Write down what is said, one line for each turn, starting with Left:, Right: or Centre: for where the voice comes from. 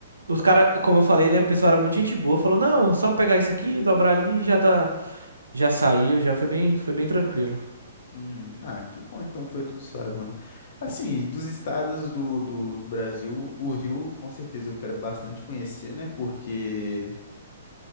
Right: os caras, como eu falei, né? O pessoal era muito gente boa, falou: não, só pegar isso aqui, dobrar ali, já tá. Já saiu, já foi bem, foi bem tranquilo.
Left: Uhum. Ah, que bom então que foi tudo suave, mano. Assim, dos estados do, do Brasil, o Rio, com certeza eu quero bastante conhecer, né, porque...